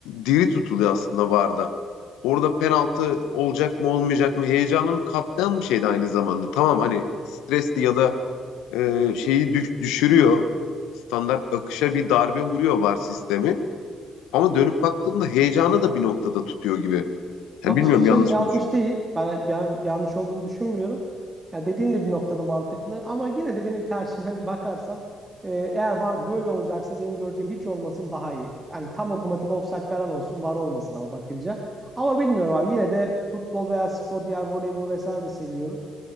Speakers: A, on the left; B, on the right.
A: diri tutuluyor aslında VAR'da. Orada penaltı olacak mı olmayacak mı heyecanını katlayan bir şeydi aynı zamanda. Tamam hani stresli ya da e, şeyi düş- düşürüyor. Standart akışa bir darbe vuruyor VAR sistemi. Ama dönüp baktığında heyecanı da bir noktada tutuyor gibi.
B: Bakış
A: Yani bilmiyorum
B: açın
A: yanlış
B: yanlış
A: mı düşünüyorum.
B: değil. Ben, ben yanlış olduğunu düşünmüyorum. Ya dediğin de bir noktada mantıklı ama yine de benim tercihim hani bakarsan e, eğer var böyle olacaksa benim göreceğim hiç olmasın daha iyi. Yani tam otomatik offside falan olsun var olmasın ama bakınca. Ama bilmiyorum abi yine de futbol veya spor diğer voleybol vesaire de seviyoruz.